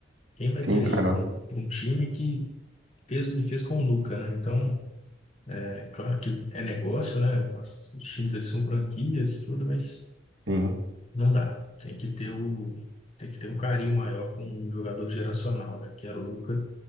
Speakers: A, on the left; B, on the right.
A: Quem vai
B: Sim,
A: querer
B: cara,
A: ir para um, pra um time que fez o que fez com o Luka, né? Então, é claro que é negócio, né? As- os times eles são franquias, tudo, mas
B: sim.
A: Não dá. Tem que ter o, tem que ter um carinho maior com um jogador geracional, né? Que era o Luca.